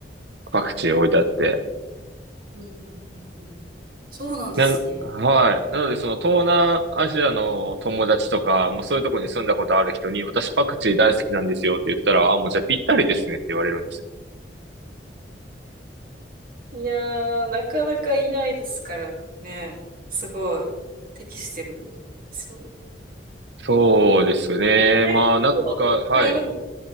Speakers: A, on the right; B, on the right.
A: パクチー置いてあって。
B: うん。うんうんうんうん。そうなんですね。
A: なん、はい。なのでその東南アジアの友達とか、もうそういうところに住んだことある人に、私パクチー大好きなんですよって言ったら、あ、もうじゃあぴったりですねって言われるんですよ。
B: いやー、なかなかいないですからね。すごい、適してるんですよね。
A: そうですね。
B: これ結構、
A: まあなんか、はい。
B: 台湾の